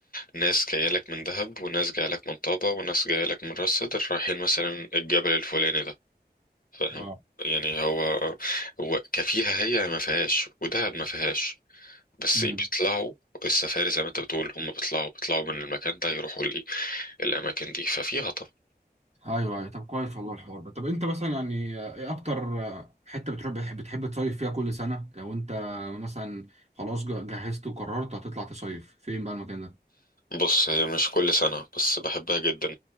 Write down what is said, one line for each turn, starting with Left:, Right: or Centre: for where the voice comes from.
Left: ناس جاية لك من دهب وناس جاية لك من طابة وناس جاية لك من راس سدر رايحين مثلا الجبل الفلاني ده فاهم
Right: اه
Left: يعني هو هو كفيها هي ما فيهاش ودهب ما فيهاش بس
Right: امم
Left: بيطلعوا السفاري زي ما انت بتقول هم بيطلعوا بيطلعوا من المكان ده يروحوا لي الاماكن دي ففيها طبعا
Right: ايوه ايوه طب كويس والله الحوار ده طب انت مثلا يعني آه، ايه اكتر آه، حته بتروح بتحب بتحب تصيف فيها كل سنه لو انت مثلا خلاص ج- جهزت وقررت هتطلع تصيف فين بقى المكان ده
Left: بص هي مش كل سنة بس بحبها جدا